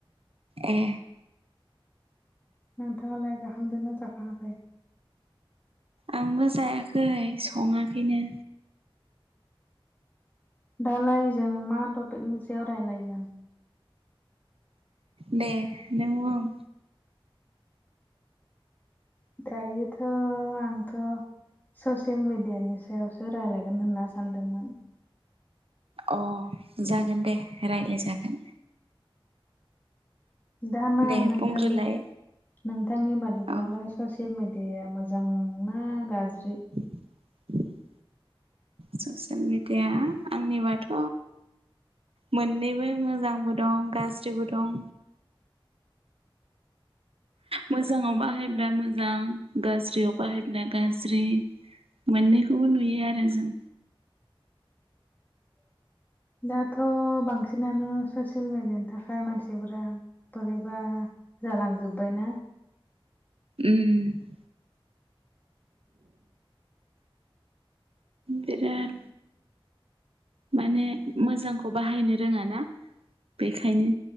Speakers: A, on the right; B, on the left.
A: ए
B: नोंथाङालाय जाखांदोना जाखाङाखै
A: आंबो जायाखै सङाखैनो
B: दालाय जों मा टपिकनि सायाव रायलायगोन
A: दे नों बुं
B: दायोथ' आंथ' ससियेल मिडियानि सायावसो रायलायगोन होनना सानदोंमोन
A: अ जागोन दे रायलाय जागोन
B: दाना
A: दे
B: नोंथांनि
A: बुंग्रोलाय
B: नोंथांनि बादिब्लालाय
A: औ
B: ससियेल मेडियाया मोजांना गाज्रि
A: <inaudible> ससियेल मिडिया आंनिबाथ' मोननैबो मोजांबो दं गाज्रिबो दं मोजाङाव बाहायब्ला मोजां गाज्रियाव बाहायब्ला गाज्रि मोननैखौबो नुयो आरो जों
B: दाथ' बांसिनानो ससियेल मेडियानि थाखाय मानसिफोरा बोरैबा जालांजोबबायना
A: उम बिराद माने मोजांखौ बाहायनो रोङाना बेखायनो